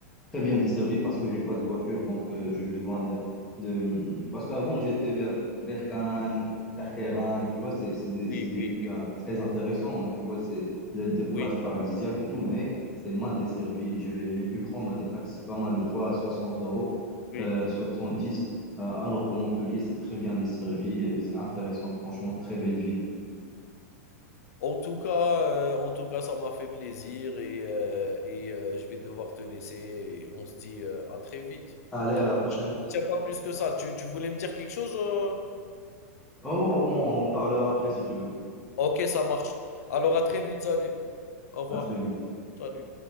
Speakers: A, in the centre; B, on the left.
A: très bien desservie parce que j'ai pas de voiture, donc euh, j'ai besoin de, de... Parce qu'avant, j'étais vers, vers Cannes, Carqueiranne, tu vois, c'est c'est des,
B: oui,
A: c'est des
B: oui,
A: lieux hein,
B: oui,
A: très intéressants, tu vois, c'est des, des plages
B: oui,
A: paradisiaques et tout, mais c'est mal desservi. J'ai j'ai dû prendre des taxis pas mal de fois à 60 euros,
B: oui.
A: euh, dix euh, alors que Montpellier, c'est très bien desservi, euh, c'est intéressant, franchement, très belle ville.
B: En tout cas, heu, en tout cas, ça m'a fait plaisir et heu et heu, je vais devoir te laisser et on se dit, heu, à très vite.
A: Allez, à la prochaine.
B: Je te retiens pas plus que ça. Tu tu voulais me dire quelque chose, heu?
A: Oh, on, on en parlera après si tu veux.
B: OK, ça marche. Alors à très vite, salut. Au revoir.
A: À très vite.
B: Salut.